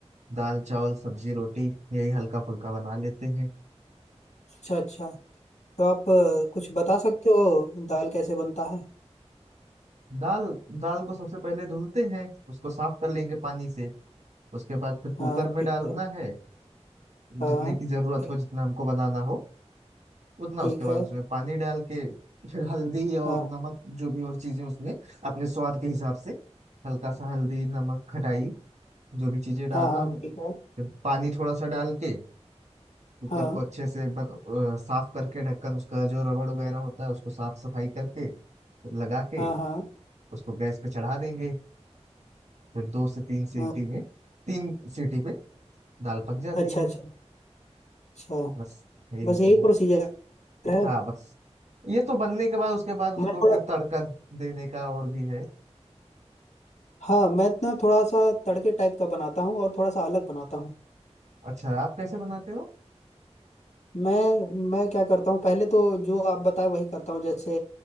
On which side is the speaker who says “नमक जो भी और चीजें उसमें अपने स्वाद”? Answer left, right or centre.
Right